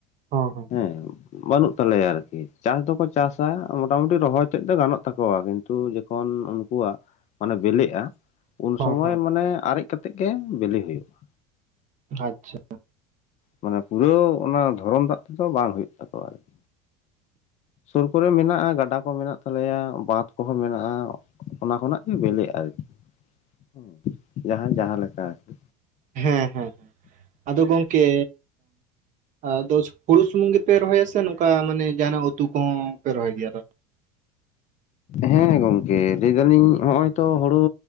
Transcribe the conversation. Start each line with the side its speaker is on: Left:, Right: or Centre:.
Right: ᱦᱚᱸ ᱦᱚᱸ
Left: ᱦᱮᱸ ᱵᱟᱹᱱᱩᱜ ᱛᱟᱞᱮᱭᱟ ᱟᱨᱠᱤ ᱪᱟᱥ ᱫᱚᱠᱚ ᱪᱟᱥᱟ ᱢᱚᱴᱟᱢᱩᱴᱤ ᱨᱚᱦᱚᱭ ᱛᱮᱫ ᱫᱚ ᱜᱟᱱᱚᱜ ᱛᱟᱠᱚᱣᱟ ᱠᱤᱱᱛᱩ ᱩᱱᱠᱩᱣᱟᱜ ᱢᱟᱱᱮ ᱵᱮᱞᱮᱜᱼᱟ ᱩᱱ
Right: ᱦᱚᱸ
Left: ᱥᱚᱢᱚᱭ
Right: ᱦᱚᱸ
Left: ᱢᱟᱱᱮ ᱟᱨᱮᱡ ᱠᱟᱛᱮ ᱛᱮᱠᱮ ᱵᱤᱞᱤ ᱦᱩᱭᱩᱜᱼᱟ
Right: ᱟᱪᱪᱷᱟ
Left: ᱢᱟᱱᱮ ᱯᱩᱨᱟᱹ ᱚᱱᱟ ᱫᱷᱚᱨᱚᱱ ᱫᱟᱜ ᱛᱮᱫᱚ ᱵᱟᱝ ᱦᱩᱭᱩᱜ ᱛᱟᱠᱚᱣᱟ ᱟᱨᱠᱤ ᱥᱩᱨ ᱠᱚᱨᱮ ᱢᱮᱱᱟᱜᱼᱟ ᱜᱟᱰᱟ ᱠᱚ ᱢᱮᱱᱟᱜ ᱛᱟᱞᱮᱭᱟ ᱵᱟᱸᱫᱷ ᱠᱚᱦᱚᱸ ᱢᱮᱱᱟᱜᱼᱟ ᱚᱱᱟ ᱠᱷᱚᱱᱟᱜ ᱜᱮ ᱵᱮᱞᱮᱜᱼᱟ ᱟᱨᱠᱤ ᱦᱩ ᱡᱟᱦᱟᱸᱭ ᱡᱟᱦᱟᱸᱞᱮᱠᱟᱠᱤ
Right: ᱦᱮᱸ ᱦᱮᱸ ᱟᱫᱚ ᱜᱚᱝᱠᱮ ᱟᱫᱚ ᱦᱩᱲᱩ ᱥᱩᱢᱩᱝ ᱜᱮᱯᱮ ᱨᱚᱦᱚᱭᱟ ᱥᱮ ᱱᱚᱝᱠᱟ ᱢᱟᱱᱮ ᱡᱟᱦᱟᱱᱟᱜ ᱩᱛᱩ ᱠᱚᱦᱚᱸ ᱯᱮ ᱨᱚᱦᱚᱭ ᱜᱮᱭᱟ
Left: ᱦᱮᱸ ᱜᱚᱝᱠᱮ ᱞᱟᱹᱭᱫᱟᱞᱤᱧ ᱱᱚᱜ ᱚᱚᱭ ᱛᱚ ᱦᱩᱲᱩ